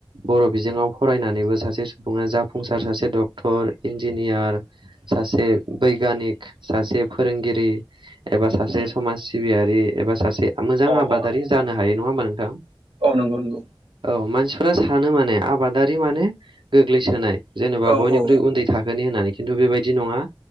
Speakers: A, on the right; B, on the right.
A: बर' बिजोङाव फरायनानैबो सासे सुबुङा जाफुंसार सासे सासे डक्टर इन्जिनियार सासे बैगानिक सासे फोरोंगिरि एबा सासे
B: उम
A: समाज सिबियारि एबा सासे मोजां
B: औ
A: आबादारि
B: औ
A: जानो हायो नङा होमा नोंथां
B: औ नंगौ नंगौ
A: औ मानसिफोरा सानो माने आबादारि माने गोग्लैसोनाय जेनेबा
B: औ
A: बयनिख्रुइ
B: औ
A: उन्दै थाखोनि होननानै खिथु बेबायदि नङा